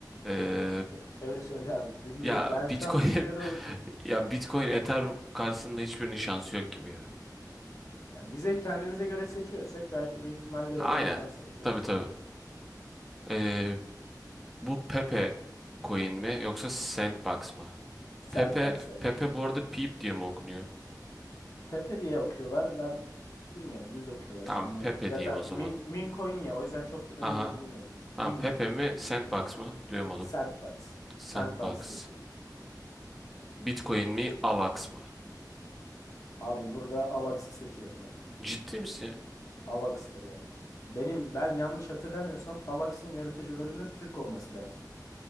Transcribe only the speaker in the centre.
Ee,
ya
Bitcoin
<laughs>
ya Bitcoin Ethereum karşısında hiçbirinin şansı yok gibi ya.
Aynen.
Tabii tabii. Ee, bu Pepe coin mi yoksa Sandbox mı?
Pepe
Pepe bu arada Peep diye mi okunuyor?
Tamam
Pepe
diyeyim o zaman.
Aha.
Tamam
Pepe mi Sandbox mı? Duyamadım.
Sandbox.
Bitcoin mi, AVAX mı?
Ciddi misin ya?